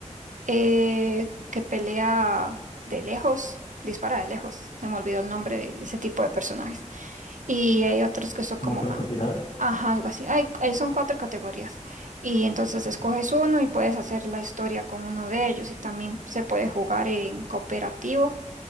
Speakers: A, on the right (about 80°); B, on the left (about 75°).
A: eh, que pelea de lejos, dispara de lejos, se me olvidó el nombre de ese tipo de personajes. Y hay otros que son
B: ¿Como
A: como
B: francotirador?
A: más. Ajá, algo así. Hay, hay- son cuatro categorías. Y entonces
B: Ok.
A: escoges uno y puedes hacer la historia con uno de ellos. Y también se puede jugar en cooperativo.